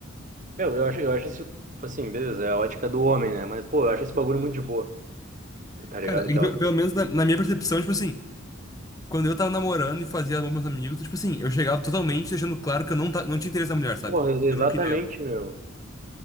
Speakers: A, on the right (about 35°); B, on the left (about 15°).
A: Meu, eu acho, eu acho isso, tipo assim, beleza, é a ótica do homem, né? Mas, pô, eu acho esse bagulho muito de boa, tá ligado?
B: Cara,
A: O
B: é
A: Que
B: que,
A: ela
B: pe-
A: falou.
B: pelo menos na, na minha percepção, tipo assim, quando eu tava namorando e fazia amor com meus amigos, tipo assim, eu chegava totalmente deixando claro que eu não, ta- não tinha interesse na mulher, sabe?
A: Pô, exatamente,
B: Eu não queria ela.
A: meu.